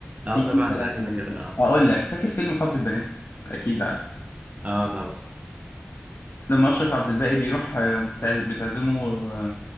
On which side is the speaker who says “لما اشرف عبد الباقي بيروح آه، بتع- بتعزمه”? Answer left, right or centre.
Left